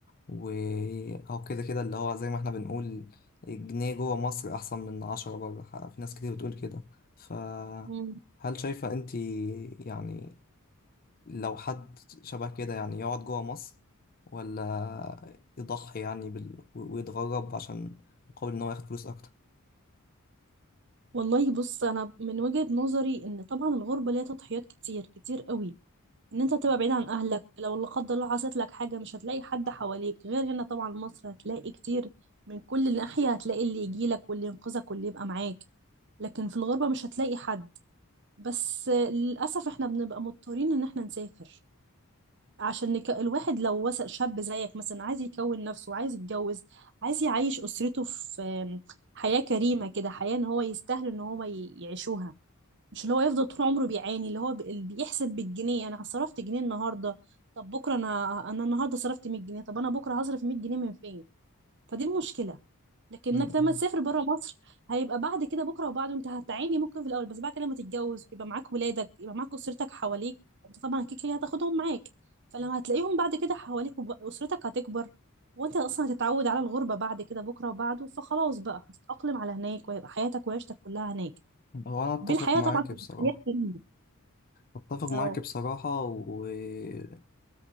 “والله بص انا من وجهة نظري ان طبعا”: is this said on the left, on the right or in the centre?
Right